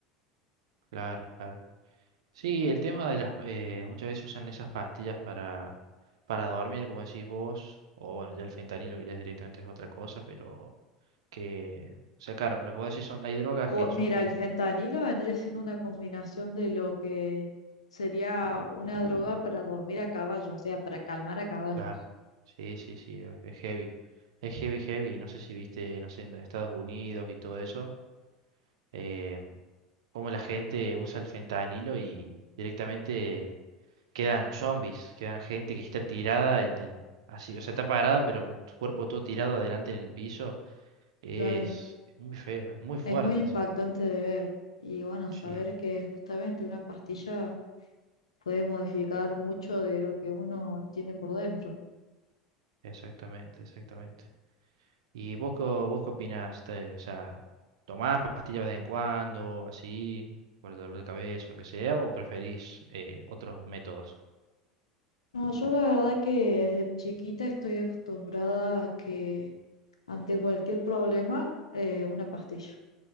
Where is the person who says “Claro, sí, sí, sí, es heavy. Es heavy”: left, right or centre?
Right